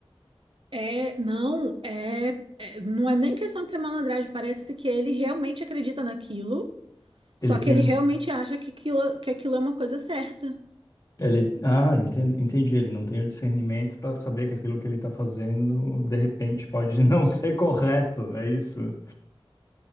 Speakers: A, on the right; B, on the left.
A: É, não, é, é- não é nem questão de ser malandragem, parece que ele realmente acredita naquilo. Só
B: Ele tem.
A: que ele
B: um,
A: realmente acha que aquilo, que aquilo é uma coisa certa.
B: Ele, ah, enten- entendi. Ele não tem o discernimento para saber que aquilo que ele tá fazendo, de repente, pode <laughs> não ser correto. É isso.